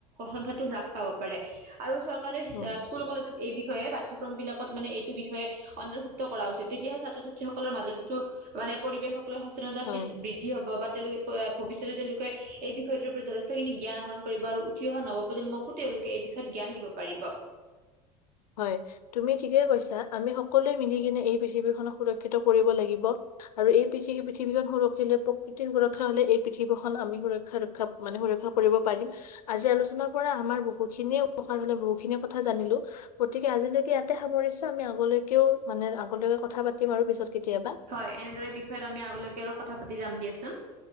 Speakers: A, on the right; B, on the left.
A: সংখ্যা হ্ৰাস পাব পাৰে আৰু চৰকাৰে
B: উম,
A: স্কুল কলেজত এই বি বিষয়ে পাঠ্যক্ৰম বিলাকত মানে এইটো বিষয়ে অন্তৰ্ভুক্ত কৰা উচিত তেতিয়া ছাত্ৰ ছাত্ৰী সকলৰ মাজতো <unintelligible> মানে পৰিৱেশক লৈ সচেতনতা
B: হয়,
A: শ্ৰী বৃদ্ধি হ'ব বা। তেওঁলোকে ভৱিষ্যতে তেওঁলোকে এই বিষয়টোৰ ওপৰত যথেষ্টখিনি জ্ঞান আহৰণ কৰিব আৰু। উঠি অহা নৱপ্ৰজন্মকো তেওঁলোকে এই বিষয়ত জ্ঞান দিব পাৰিব <unintelligible>
B: হয় তুমি ঠিকে কৈছা আমি সকলোৱে মিলি কিনে এই পৃথিৱীখনক সুৰক্ষিত কৰিব লাগিব। আৰু এই পৃথি পৃথিৱীখন সুৰক্ষিলে প্ৰকৃতিৰ সুৰক্ষা হলে এই পৃথিৱখন আমি সুৰক্ষা ৰক্ষা মানে সুৰা <unintelligible> কৰিব পাৰিম আজি আলোচনাৰ পৰা আমাৰ বহু খিনিয় উপকাৰ হলে বহুখিনি কথা জানিব পাৰিম। গতিকে আজিলৈকে ইয়াতে সামৰিছো আমি আগলৈকেও মানে আগলৈকে কথা পাতিম আৰু পিছত কেতিয়াবা।
A: হয় এনেদৰে বিষয়ত আমি আগলৈকে আৰু কথা পাতি যাম দিয়াচোন।